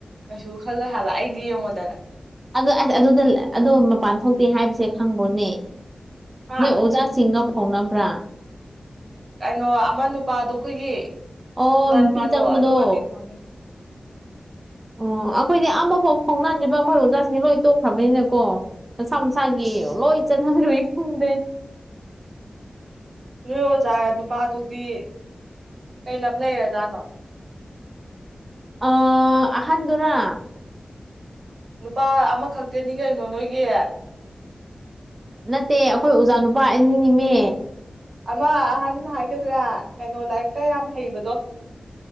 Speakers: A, on the right; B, on the right.
A: ꯀꯩꯁꯨ ꯈꯜꯂꯣꯏ ꯍꯥꯏꯕ ꯑꯩꯗꯤ ꯌꯦꯡꯉꯣꯗꯅ
B: ꯑꯗꯨ ꯑꯗꯨꯗ ꯑꯗꯣ ꯃꯄꯥꯟ ꯊꯣꯛꯇꯦ ꯍꯥꯏꯕꯁꯦ ꯈꯪꯕꯣꯅꯦ
A: ꯍꯥ
B: ꯅꯣꯏ ꯑꯣꯖꯥꯁꯤꯡꯒ ꯐꯥꯎꯅꯕ꯭ꯔꯥ
A: ꯀꯩꯅꯣ ꯑꯃ ꯅꯨꯄꯥꯗꯣ ꯑꯩꯈꯣꯏꯒꯤ
B: ꯑꯣ
A: ꯑꯣꯖꯥ
B: ꯅꯨꯄꯤ
A: ꯅꯨꯄꯥꯗꯣ
B: ꯆꯪꯕꯗꯣ
A: ꯑꯗꯨꯒꯗꯤ <unintelligible>
B: ꯑꯣ ꯑꯩꯈꯣꯏꯗꯤ ꯑꯃꯐꯥꯎ ꯐꯥꯎꯅꯗ꯭ꯔꯤꯕ ꯑꯩꯈꯣꯏ ꯑꯣꯖꯥꯁꯤꯡꯁꯤ ꯂꯣꯏ ꯇꯣꯛꯈ꯭ꯔꯕꯅꯤꯅꯀꯣ ꯃꯁꯥ ꯃꯁꯥꯒꯤ
A: ꯑꯁ
B: ꯂꯣꯏ ꯆꯠꯅꯒ꯭ꯔꯦ ꯈꯪꯗꯦ
A: ꯅꯣꯏ ꯑꯣꯖꯥ ꯅꯨꯄꯥꯗꯨꯗꯤ ꯀꯩ ꯂꯝ ꯂꯩꯔ ꯖꯥꯅꯣ
B: ꯑ ꯑꯍꯟꯗꯨꯔꯥ
A: ꯅꯨꯄꯥ ꯑꯃꯈꯛꯇꯅꯤ ꯀꯩꯅꯣ ꯅꯣꯏꯒꯤ
B: ꯅꯠꯇꯦ ꯑꯩꯈꯣꯏ ꯑꯣꯖꯥ ꯅꯨꯄꯥ ꯑꯅꯤ ꯅꯦꯃꯤ
A: ꯑꯃ ꯑꯍꯟ ꯍꯥꯏꯒꯗ꯭ꯔꯥ ꯀꯩꯅꯣ ꯂꯥꯏꯔꯤꯛꯀ ꯌꯥꯝ ꯍꯩꯕꯗꯣ